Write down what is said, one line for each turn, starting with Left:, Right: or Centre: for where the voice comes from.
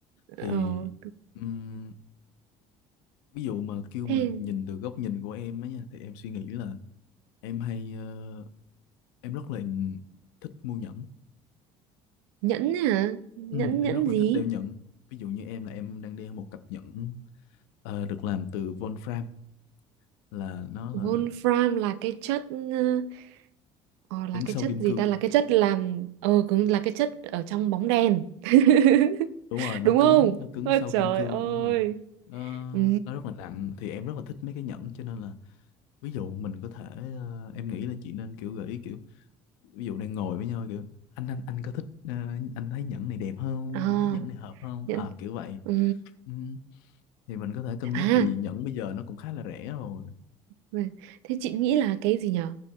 Left: thì
Right: Ờ,
Left: ừm, ví dụ mà kêu
Right: thế
Left: mà nhìn từ góc nhìn của em á nha thì em suy nghĩ là em hay ờ, em rất là thích mua nhẫn
Right: nhẫn hả nhẫn
Left: Ừ, em
Right: nhẫn
Left: rất là
Right: gì
Left: thích đeo nhẫn. Ví dụ như em là em đang đeo một cặp nhẫn ờ, được làm từ Wolfram là nó
Right: Wolfram
Left: là
Right: là cái chất ờ, ờ, là
Left: cứng
Right: cái
Left: sau
Right: chất
Left: kim
Right: gì
Left: cương.
Right: ta là cái chất làm ờ cũng là cái chất ở trong bóng đèn <laughs>
Left: Đúng rồi, nó
Right: đúng không
Left: cứng nó cứng
Right: ôi
Left: sau
Right: trời
Left: kim cương
Right: ơi
Left: đúng rồi. Nó
Right: ừ
Left: nó rất là nặng thì em rất là thích mấy cái nhẫn cho nên là ví dụ mình có thể ờ, em nghĩ là chị nên kiểu gợi ý kiểu ví dụ đang ngồi với nhau kiểu anh anh anh có thích ờ, anh thấy nhẫn này đẹp không?
Right: à,
Left: Anh thấy nhẫn này hợp không?
Right: nhẫn
Left: À kiểu vậy.
Right: ừ.
Left: Ừ, thì mình có thể cân
Right: à
Left: nhắc tại vì nhẫn bây giờ nó cũng khá là rẻ rồi.
Right: Vâng. Thế chị nghĩ là cái gì nhở?